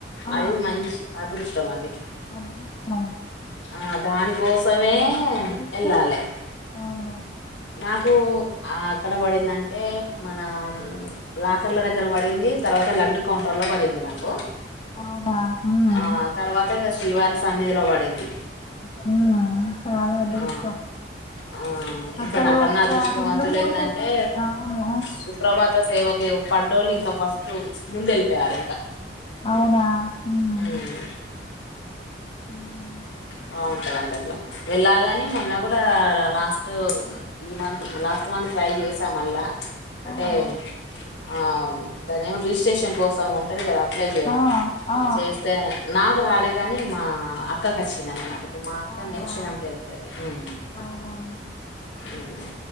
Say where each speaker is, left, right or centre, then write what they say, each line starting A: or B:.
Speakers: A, on the left; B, on the left.
A: ఆ
B: అది మంచి అదృష్టం అండి
A: అదృష్టం
B: ఆ దానికోసమే
A: ఎంత అదృష్టం
B: వెళ్ళాలి
A: అవును
B: నాకు అక్కడ పడిందంటే మన లాకర్ల దగ్గర పడింది తర్వాత లడ్డు కౌంటర్ లో పడింది నాకు
A: అవునా ఉమ్
B: ఆ తర్వాత ఇక శ్రీవారి సన్నిధిలో పడింది
A: ఉమ్ చాలా అదృష్టం
B: ఆ ఆ ఇంకా
A: అసలు
B: నాకన్నా
A: ఒక
B: అదృష్టవంతులు
A: రెండు మూడు
B: ఏందంటే
A: సెకండ్ అవును
B: సుప్రభాత సేవకి పడ్డోళ్ళు ఇంక ఫస్ట్ ముందు వెళ్ళిపోయారు ఇంకా
A: అవునా మ్
B: ఉమ్
A: ఉహు
B: బాగుంటదండి అట్లా వెళ్ళాలని మొన్న కూడా లాస్ట్ ఈ మంత్ లాస్ట్ మంత్ ట్రై చేసా మళ్ళా అంటే
A: ఆహా
B: ఆ దాన్ని ఏమో రిజిస్ట్రేషన్ కోసం ఉంటది కదా అప్లై చేయడం
A: ఆ ఆ
B: చేస్తే నాకు రాలే గాని మా అక్కకు వచ్చింది అనమాట ప్పు మా అక్క
A: అవునా
B: నెక్స్ట్ మంత వెళ్తది మ్
A: అవునండి
B: మ్